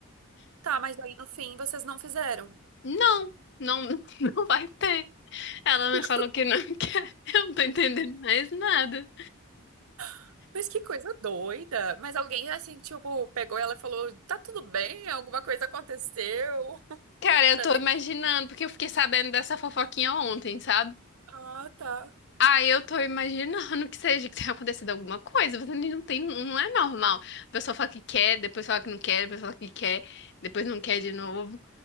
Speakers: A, on the right; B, on the left.
A: Tá, mas aí no fim vocês não fizeram.
B: Não, não, <laughs> não vai ter. Ela
A: Que
B: me falou
A: co-
B: que não <laughs> quer. Eu não tô entendendo mais nada.
A: <laughs> Mas que coisa doida. Mas alguém assim, tipo, pegou ela e falou: tá tudo bem, alguma coisa aconteceu. <laughs>
B: Cara, eu
A: Pra
B: tô
A: ter
B: imaginando, porque eu fiquei sabendo dessa fofoquinha ontem, sabe?
A: Ah, tá.
B: Aí eu tô imaginando que seja que tenha acontecido alguma coisa, mas não tem, não é normal. A pessoa fala que quer, depois fala que não quer, depois fala que quer, depois não quer de novo.